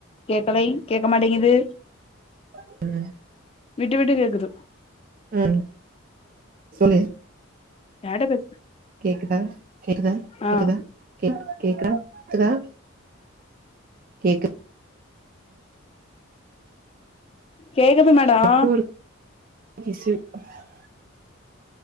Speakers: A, on the left; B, on the right.
A: கேக்கலை கேக்க மாட்டேங்குது
B: உ <unintelligible>
A: விட்டு விட்டு கேக்குது
B: ஆ சொல்லு
A: யார்ட்ட பேஸ்
B: கேக்குதா கேக்குதா
A: ஆ
B: கேக்குதா கே கேக்குதா க்குதா கேக்கு
A: கேக்குது
B: <unintelligible>
A: மேடோ